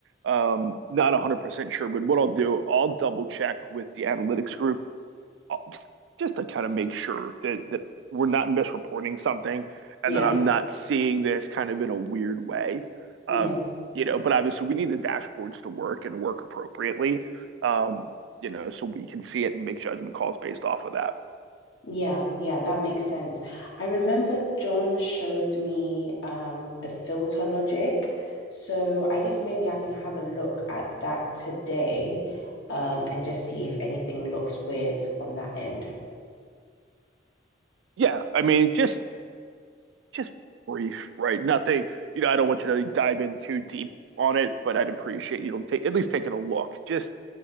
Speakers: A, on the right; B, on the left.
A: Um, not 100% sure, but what I'll do, I'll double check with the analytics group just just to kind of make sure that that we're not misreporting something
B: Yeah,
A: and that I'm not seeing this kind of in a weird way.
B: yeah,
A: Um, you know, but obviously we need the dashboards to work and work appropriately. Um, you know, so we can see it and make judgment calls based off of that.
B: yeah, yeah, that makes sense. I remember John showed me um the filter logic. So I guess maybe I can have a look at that today um and just see if anything looks weird on that end.
A: Yeah, I mean, just just brief, right? Nothing, you know, I don't want you to dive in too deep on it, but I'd appreciate you to take at least taking a look, just